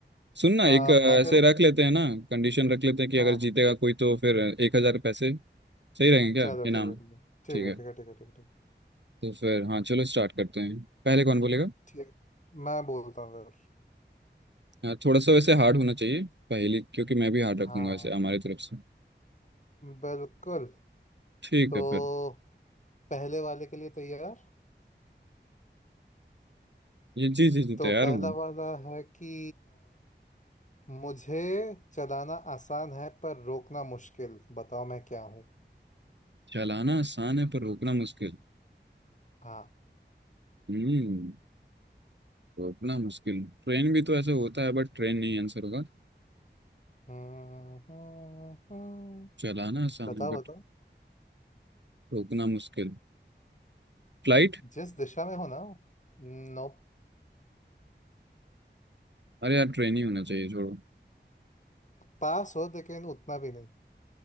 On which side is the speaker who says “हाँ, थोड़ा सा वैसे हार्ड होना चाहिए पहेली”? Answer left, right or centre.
Right